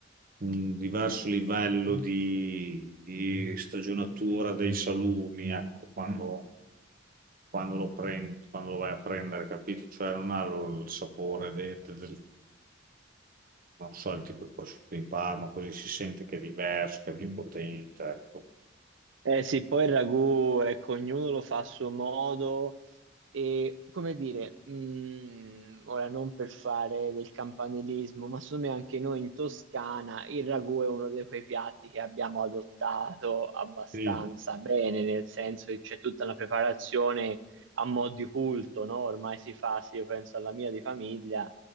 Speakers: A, on the right; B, on the right.
A: un diverso livello di, di stagionatura dei salumi, ecco, quando, quando lo prendi, quando lo vai a prendere, capito? Cioè non ha lo- il sapore de- de- del non so, il tipo di prosciutto di Parma, così si sente che è diverso, che è più potente, ecco.
B: Eh sì, poi il ragù, ecco, ognuno lo fa a suo modo. E come dire, mh, ora non per fare del campanilismo, ma secondo me anche noi in Toscana il ragù è uno di quei piatti che abbiamo adottato abbastanza
A: Sì,
B: bene, nel senso che c'è tutta una preparazione a mo' di culto, no? Ormai si fa, se io penso alla mia di famiglia,